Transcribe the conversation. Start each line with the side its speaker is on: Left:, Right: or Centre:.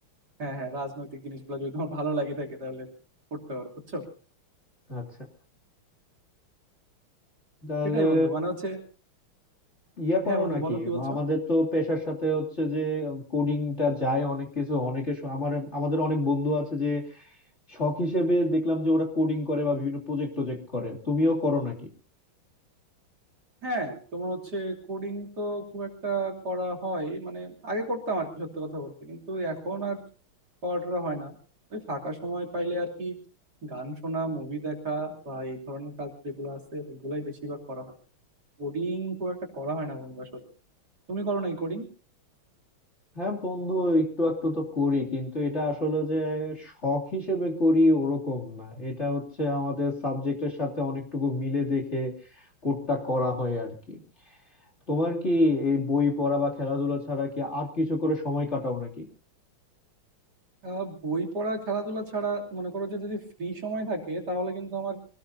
Right: হ্যাঁ হ্যাঁ রাজনৈতিক জিনিসগুলো যদি তোমার ভালো লাগে থাকে তাহলে পড়তে পারো বুঝছো
Left: আচ্ছা তাহলে
Right: সেটাই বন্ধু মানে হচ্ছে
Left: ইয়া করো
Right: হ্যাঁ বন্ধু
Left: নাকি
Right: বলো কি বলছো
Left: আমাদের তো পেশার সাথে হচ্ছে যে কোডিংটা যায় অনেক কিছু অনেকে শ- আমার আমাদের অনেক বন্ধু আছে যে শখ হিসেবে দেখলাম যে ওরা কোডিং করে বা বিভিন্ন প্রজেক্ট প্রজেক্ট করে তুমিও করো নাকি
Right: হ্যাঁ তোমার হচ্ছে কোডিং তো খুব একটা করা হয় মানে আগে করতাম আর কি সত্যি কথা বলতে কিন্তু এখন আর করাটা হয় না ওই ফাঁকা সময় পাইলে আর কি গান শোনা মুভি দেখা বা এই ধরনের কাজ যেগুলো আছে ওইগুলাই বেশিরভাগ করা হয় কোডিং খুব একটা করা হয় না বন্ধু আসলে তুমি করো নাই কোডিং
Left: হ্যাঁ বন্ধু একটু একটু তো করি কিন্তু এটা আসলে যে শখ হিসেবে করি ওরকম না এটা হচ্ছে আমাদের সাবজেক্টের সাথে অনেকটুকু মিলে দেখে কোডটা করা হয় আর কি তোমার কি এই বই পড়া বা খেলাধুলা ছাড়া কি আর কিছু করে সময় কাটাও নাকি
Right: আহ, বই পড়া খেলাধুলা ছাড়া মনে করো যে যদি ফ্রি সময় থাকে তাহলে কিন্তু আমার